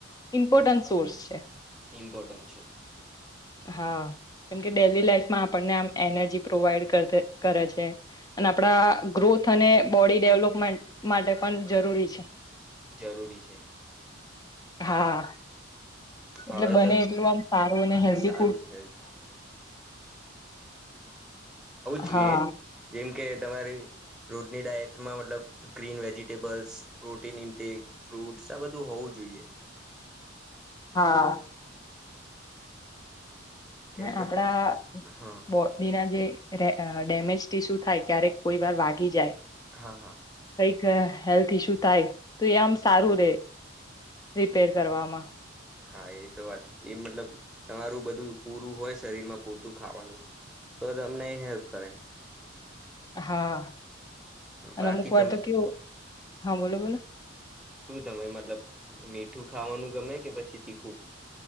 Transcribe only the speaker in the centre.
ઈમ્પોટન્ટ છે.
હા
જરૂરી છે
હવે
તો
<unintelligible> ખાવું જ જોઈએ.
જેમ કે તમારી રોજની ડાયટમાં મતલબ green vegetables, protein intake, fruits આ બધું હોવું જ જોઈએ.
<inaudible> કેમ
કે
હા
હા, હા.
હા એ તો વાત, એ મતલબ તમારું બધું પૂરું હોય શરીર માં પૂરતું ખાવાનું તો તમને એ હેલ્પ કરે.
બાકી
તમે
શું તમે મતલબ મીઠું ખાવાનું ગમે કે પછી તીખું?